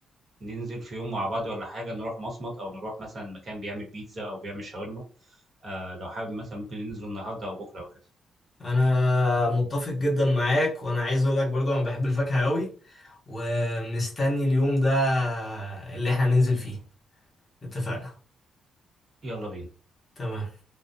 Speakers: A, on the right; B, on the left.
A: ننزل في يوم مع بعض والّا حاجة، نروح مصمت أو نروح مثلًا مكان بيعمل بيتزا أو بيعمل شاورما، آآ، لو حابب مثلًا ممكن ننزل النهارده أو بكرة أو كده،
B: انا متفق جدا معاك وانا عايز اقول لك برضو انا بحب الفاكهة قوي ومستني اليوم ده اللي احنا ننزل فيه اتفقنا
A: يالّا بينا.
B: تمام